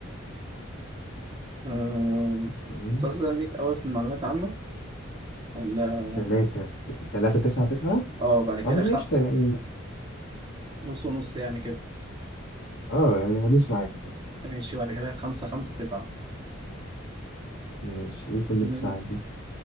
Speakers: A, on the right; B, on the left.
A: آه، متصلة
B: جوين
A: بيك أوي في المعلومات العامة ولا
B: تلاتة تلاتة تسعة تسعة
A: اه بعد كده
B: اه انا
A: خ...
B: قشطة يعني
A: نص ونص يعني كده
B: اه يعني هدوس معاك
A: ماشي بعد كده خمسة خمسة تسعة
B: ماشي ايه كل التسعات
A: ن-
B: دي